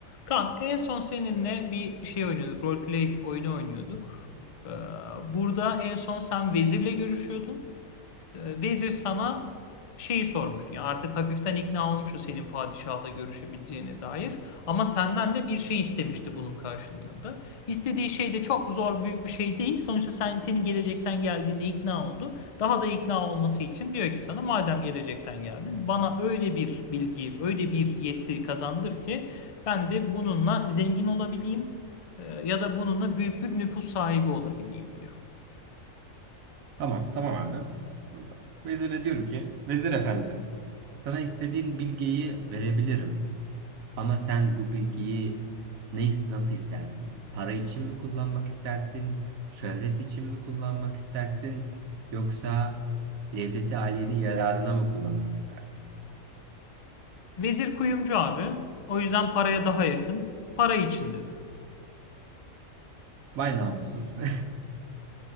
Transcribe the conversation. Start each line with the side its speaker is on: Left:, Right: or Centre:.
Left: Kaan en son seninle bir şey oynuyorduk. Roleplay oyunu oynuyorduk. Ee, Burada en son sen vezirle görüşüyordun. E, Vezir sana şeyi sormuştu. Yani artık hafiften ikna olmuştu senin padişahla görüşebileceğine dair. Ama senden de bir şey istemişti bunun karşılığında. İstediği şey de çok zor büyük bir şey değil. Sonuçta sen, senin gelecekten geldiğine ikna oldu. Daha da ikna olması için diyor ki sana madem gelecekten geldin bana öyle bir bilgiyi, öyle bir yeti kazandır ki ben de bununla zengin olabileyim e, ya da bununla büyük bir nüfus sahibi olabileyim diyor.
Right: Tamam, tamam abi. Vezire diyorum ki, Vezir Efendi, sana istediğin bilgiyi verebilirim. Ama sen bu bilgiyi ne, nasıl istersin? Para için mi kullanmak istersin? Şöhret için mi kullanmak istersin? Yoksa devleti aliyenin yararına mı kullanmak istersin?
Left: Vezir kuyumcu abi. O yüzden paraya daha yakın. Para için dedi.
Right: Vay namussuz. <laughs>